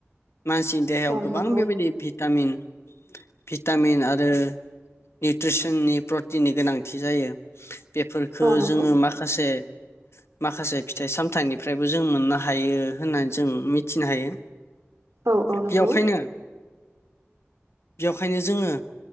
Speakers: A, on the left (about 65°); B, on the right (about 75°).
A: मानसि देहायाव
B: औ
A: गोबां
B: नंगौ
A: बेबायदि भिटामिन भिटामिन आरो आरो निउट्रिसननि प्रटिननि गोनांथि जायो बेफोरखौ
B: औ नंगौ
A: जोङो माखासे माखासे फिथाइ सामथाइनिफ्रायबो जों मोननो हायो होननानै जों मिथ थिनो हायो
B: औ औ नंगौ
A: बेयावखायनो बेयावखायनो जोङो